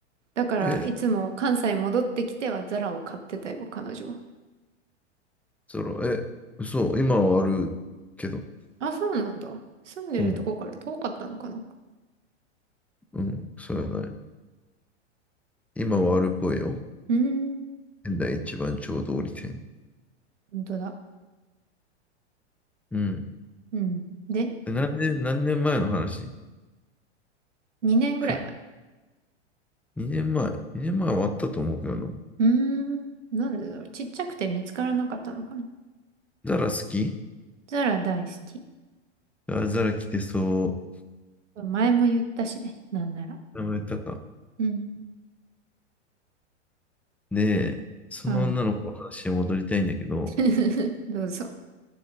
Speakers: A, on the right; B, in the centre.
A: だから、
B: え、
A: いつも関西戻ってきてはザラを買ってたよ、彼女は。
B: ザラ、え、嘘、今はあるけど。
A: あ、そうなんだ。住んでるとこから遠かったのかな。
B: うん。うん、そうやな。い今はあるっぽいよ。
A: うーん。
B: 仙台一番ちょうど折り点。
A: 本当だ。
B: うん。
A: うん。で、
B: で何年、何年前の話
A: 2年ぐらい前。
B: ふ ?2 年前。2年前はあったと思うけどな。
A: うーん。なんでだろう。ちっちゃくて見つからなかったのかな。
B: ザラ好き
A: ザラ大好き。
B: あザラ来てそ
A: 前も言ったしね。なんなら。
B: う。名前言ったか。
A: うん。
B: で、その女の子の話に戻りたいんだけど、
A: はい。<laughs> どうぞ。